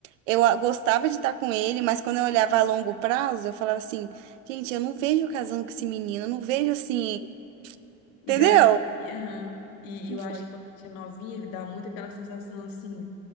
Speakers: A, on the right; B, on the left.
A: Eu ah, gostava de estar com ele, mas quando eu olhava a longo prazo, eu falava assim: gente, eu não vejo eu casando com esse menino, eu não vejo assim.
B: E
A: Entendeu?
B: dá. E, e, aham. E-
A: Não
B: e eu
A: foi.
B: acho que quando a gente é novinha, dá muito aquela sensação assim.